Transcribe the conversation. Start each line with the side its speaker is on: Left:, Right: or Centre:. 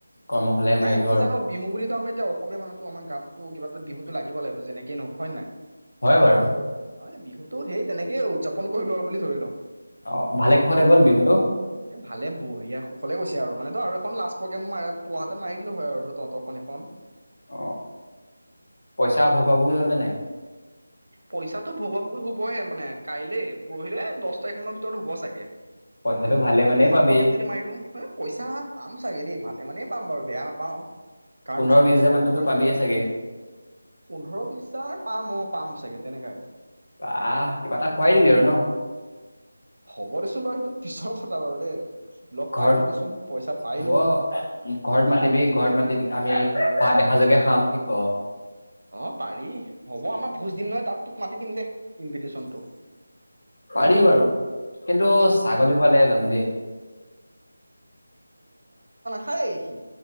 Left: কৰ্মশালাই
Right: মানে
Left: মাৰিলো
Right: কি
Left: আৰু
Right: জানো বিহু বুঢলিতো আমাৰ এতিয়া অসমীয়া মানুহটো আমাৰ গাততো কিবা এটা বিহুত ত লাগিব লাগিব যেনেকে নহয় হয় নে নাই
Left: হয় বাৰু
Right: নহয় বিহুতটো সেই তেনেকে উদযাপন কৰিলো আৰু বুলি ধৰি ল
Left: অ ভালে কুশলে গ'ল বিহুটো
Right: এ ভালে বঢ়িয়া কুশলে কৈছে আৰু মানে তো আৰু এখন লাষ্ট প্ৰগ্ৰেম ম পুৱাতে মাৰি দিলো হয় আৰু তহতৰখন এইখন
Left: অ পইচা ভগোৱা ভগোই হলনে নাই
Right: পইচাটো ভগৱা সৰু হবই মানে কাইলে পৰহিলে দহ তাৰিখ মানৰ ভিতৰতো হবই চাগে,
Left: পইচাটো ভালে মানেই
Right: এখন
Left: পাবি
Right: প্ৰগ্ৰেম যদি মাৰি দো হ পইচা পাম চাগে দেই ভালে মানে পাম বাৰু বেয়া নাপাওঁ কাৰণ
Left: পোন্ধৰ
Right: যিহেতু
Left: বিশ হাজাৰ
Right: কষ্টতটো
Left: মানতো
Right: কৰিছো,
Left: পাবিয়ে চাগে
Right: পোন্ধৰ বি হাৰ পাম অ পাম চাগে তেনেকাই
Left: আহ কিবা এটা খুৱাই দিবি আৰু ন
Right: হ'ব দেচোন বাৰু সেইটো পিছৰ কথা বাৰু দেই লগ
Left: ঘৰত
Right: পাই লওঁ দেচোন পইচা পাই
Left: হ'ব
Right: লওঁ।
Left: ঘৰত মাতিবি ঘৰত মাতি আমি ভাত এহাজকে খাম কি ক
Right: অ পাৰি হ'ব আমাৰ ভোজ দিম নহয় তাত তোক মাতি দিম দে ইনভিটেশনটো
Left: পাৰি বাৰু কিন্তু ছাগলী খোৱালেহে যাম দেই।
Right: হেই কি